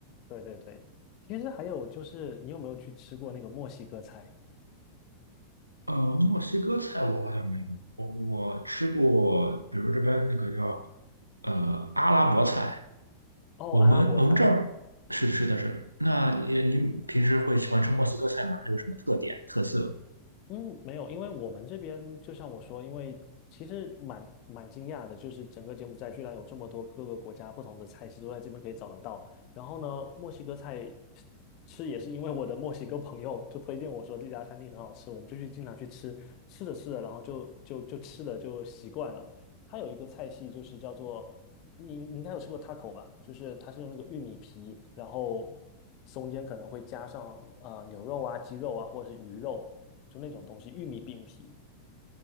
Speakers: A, on the left; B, on the right.
A: 对对对，其实还有就是，你有没有去吃过那个墨西哥菜？
B: 呃，墨西哥菜我好像没有，我我吃过，比如这边那个叫呃阿拉伯菜，
A: 哦，
B: 我们我们这儿是是的是，
A: 阿拉伯菜。
B: 那你您平时会喜欢吃墨西哥菜吗？它有什么特点特色？
A: 嗯，没有，因为我们这边就像我说，因为其实蛮蛮惊讶的，就是整个柬埔寨居然有这么多各个国家不同的菜系都在这边可以找得到。然后呢，墨西哥菜吃也是因为我的墨西哥朋友就推荐我说这家餐厅很好吃，我们就去经常去吃，吃着吃着，然后就就就吃的就习惯了。它有一个菜系就是叫做。你你应该有吃过 taco 吧？就是它是用那个玉米皮，然后中间可能会加上呃牛肉啊、鸡肉啊，或者是鱼肉，就那种东西，玉米饼皮。